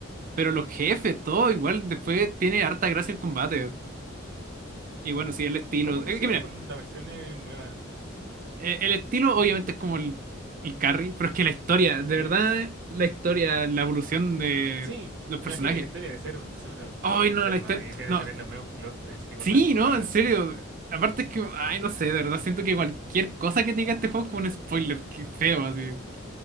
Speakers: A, on the right; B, on the right.
A: Pero los jefes, todo igual, después tiene harta gracia el combate. Y bueno, sí, el estilo.
B: ¿Cómo lo
A: Es
B: hicieron
A: que mira,
B: con la versión eh, nueva?
A: eh, el estilo obviamente es como el, el carry, pero es que la historia, de
B: ¿Eh?
A: verdad, la historia, la evolución de
B: Sí,
A: los
B: me
A: personajes.
B: imagino que la historia de ser súper
A: Ay,
B: enferma
A: no, la historia.
B: y tiene
A: No,
B: que tener los mismos plot twists y cosas
A: sí,
B: como
A: no,
B: raras.
A: en serio. Aparte es que, ay, no sé, de verdad, siento que cualquier cosa que te diga este juego es como un spoiler, qué feo, así.